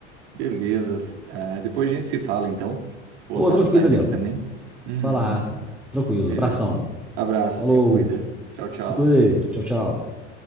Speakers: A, on the right; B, in the centre.
A: Beleza. Ah, depois a gente se fala, então. Vou
B: Ô,
A: estar
B: tranquilo,
A: saindo
B: Daniel.
A: aqui também. Uhum.
B: Vai lá, cara. Tranquilo.
A: Beleza.
B: Abração.
A: Abraço,
B: Falou.
A: se cuida. Tchau, tchau.
B: Se cuida aí. Tchau, tchau.